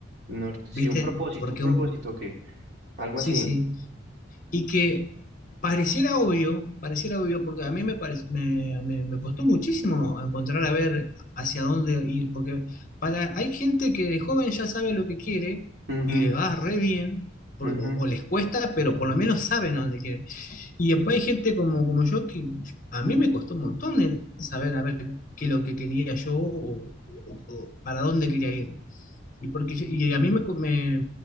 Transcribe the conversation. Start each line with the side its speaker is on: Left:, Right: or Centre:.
Right: Norte, sí,
Left: ¿viste?
Right: un propósito,
Left: Porque
Right: un propósito
Left: un,
Right: que, algo
Left: sí,
Right: así.
Left: sí, y que pareciera obvio, pareciera obvio, porque a mí me, parec- me, me- me costó muchísimo encontrar a ver hacia dónde ir, porque para, hay gente que de joven ya sabe lo que quiere
Right: Ujú,
Left: y le va re bien, por-
Right: ujú,
Left: o, o les cuesta, pero por lo menos saben a dónde quieren. Y después hay gente como, como yo que a mí me costó un montón de saber a ver qué es lo que quería yo o, o- o para dónde quería ir. Y, porque, yo- y a mí me, co- me,